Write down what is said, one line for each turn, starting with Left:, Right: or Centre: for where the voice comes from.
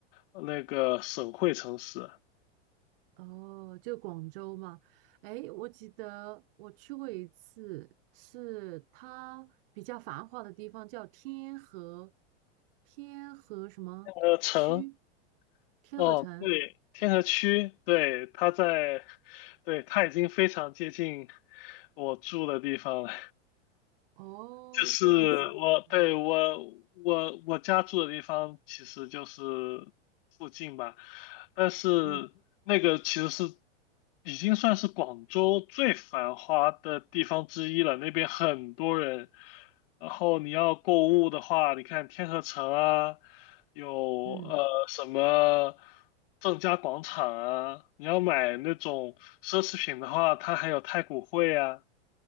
Left: 那个省会城市，
Right: 哦，就广州嘛，哎，我记得我去过一次，是它比较繁华的地方，叫天河，天河什么区？
Left: 呃，城
Right: 天河城。
Left: 哦，对，天河区，对，它在，对，它已经非常接近我住的地方了。
Right: 哦，
Left: 就是我，
Right: 这样子，嗯
Left: 对，我，我，我家住的地方其实就是附近吧，但是那个其实是
Right: 嗯
Left: 已经算是广州最繁华的地方之一了，那边很多人。然后你要购物的话，你看天河城啊，有
Right: 嗯，
Left: 呃什么正佳广场啊，你要买那种奢侈品的话，它还有太古汇啊，